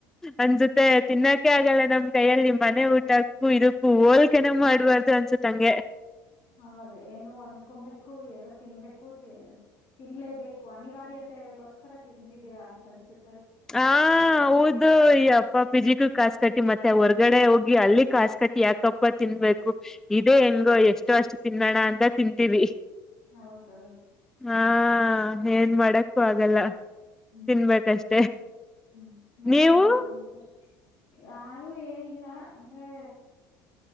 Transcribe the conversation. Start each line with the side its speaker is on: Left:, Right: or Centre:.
Centre: ಅನ್ಸುತ್ತೆ ತಿನ್ನೋಕೆ ಆಗಲ್ಲ ನಮ ನಮ್ಮ್ ಕೈಯಲ್ಲಿ ಮನೆ ಊಟಕ್ಕೂ ಇದಕ್ಕೂ ಹೋಲ್ಕನೆ ಮಾಡ್ಬಾರ್ದು ಅನ್ಸತ್ ಹಂಗೆ.
Left: ಹೌದು ಏನು ಹೊಂದಕೋಬೇಕು ಏನು ತಿನ್ಬೇಕು <unintelligible> ತಿನ್ಲೇಬೇಕು ಅನಿವಾರ್ಯತೆಗೋಸ್ಕರ ತಿಂತಿದ್ದೀರಾ ಅಂತ ಅನ್ಸುತ್ತೆ.
Centre: ಹಾ ಹೌದೂ. ಅಪ್ಪ ಪಿಜಿಗು ಕಾಸ್ ಕಟ್ಟಿ ಮತ್ತೆ ಹೊರ್ಗಡೆ ಹೋಗಿ ಅಲ್ಲಿ ಕಾಸ್ ಕಟ್ಟಿ ಯಾಕಪ್ಪ ತಿನ್ಬೇಕು ಈ. ಧೆ ಹೆಂಗೋ ಎಷ್ಟು ಅಷ್ಟು ತಿನ್ನೋಣ ಅಂತ ತಿಂತೀವಿ.
Left: ಹೌದು.
Centre: ಹಾ ಏನ್ ಮಾಡಕ್ಕು ಆಗಲ್ಲ
Left: ಹ್ಮ್
Centre: ತಿನ್ಬೇಕಷ್ಟೆ.
Left: ಹ್ಮ್ ಮತ್ತ
Centre: ನೀವು
Left: ಇನ್ನೇನ್ ಸಮಾಚಾರ - ಯಾರು ಏನಿಲ್ಲ ಅಂದ್ರೆ.